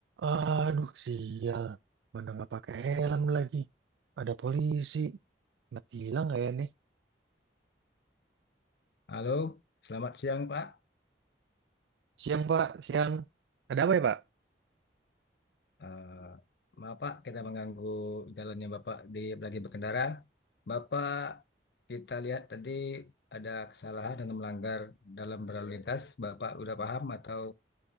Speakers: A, on the right (about 80°); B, on the left (about 65°).
A: Aduh, sial. Mana nggak pakai helm lagi. Ada polisi. Mati hilang nggak ya nih?
B: Halo, selamat siang Pak.
A: Siang, Pak. Siang. Ada apa ya, Pak?
B: Eh, maaf Pak, kita mengganggu jalannya Bapak di lagi berkendara. Bapak, kita lihat tadi ada kesalahan dan melanggar dalam berlalu lintas. Bapak udah paham atau